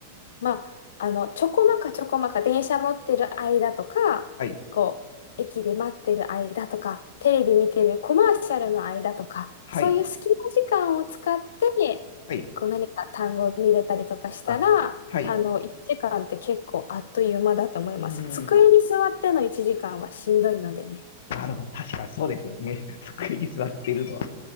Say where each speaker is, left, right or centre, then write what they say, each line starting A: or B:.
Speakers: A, on the left; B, on the left.
A: まあ、あの、ちょこまかちょこまか電車乗ってる間とか、
B: はい、
A: こう、駅で待ってる間とか、テレビ見てるコマーシャルの間とか、
B: はい、
A: そういう隙間時間を使って、
B: はい、
A: こう何か単語を見れたりとかしたら、
B: あ、はい、
A: あの、1時間って結構あっという間だと思います。
B: うん、
A: 机に座っての1時間はしんどいのでね。
B: なるほど、確かにそうですよね。<laughs> 机に座っているのは